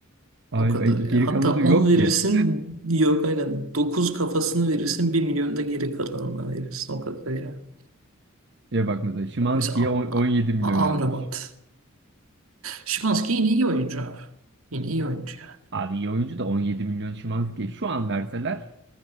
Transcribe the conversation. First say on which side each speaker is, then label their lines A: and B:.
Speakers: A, on the right; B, on the right.
A: Ay,
B: O kadar
A: ay,
B: ya.
A: geri
B: Hatta
A: kalanı yok
B: 10 verirsin.
A: ki.
B: Yok aynen. 9 kafasını verirsin. Bir milyon da geri kalanına verirsin. O kadar ya.
A: Ya bak mesela Szymański'ye
B: Bak mesela
A: on-
B: A-
A: 17 milyon
B: A-
A: yazmış.
B: Amrabat. Şimanski yine iyi oyuncu abi. Yine iyi oyuncu ya.
A: Abi iyi oyuncu da 17 milyon Szymański'ye şu an verseler